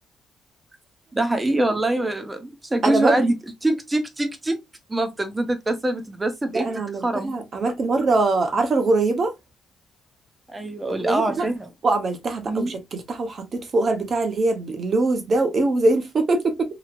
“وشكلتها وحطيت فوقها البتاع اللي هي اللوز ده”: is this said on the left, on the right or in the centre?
Right